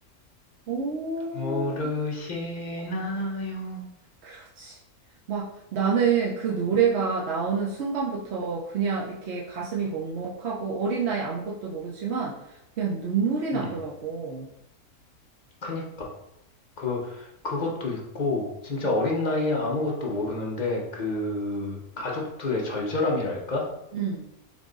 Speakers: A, on the right (about 60°); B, on the left (about 40°).
A: 오,
B: 모르시나요?
A: 그렇지. 막 나는 그 노래가 나오는 순간부터 그냥 이렇게 가슴이 먹먹하고 어린 나이 아무것도 모르지만 그냥 눈물이 나더라고.
B: 음, 그니까. 그, 그것도 있고, 진짜
A: 응,
B: 어린 나이에 아무것도 모르는데, 그 가족들의 절절함이랄까?
A: 응,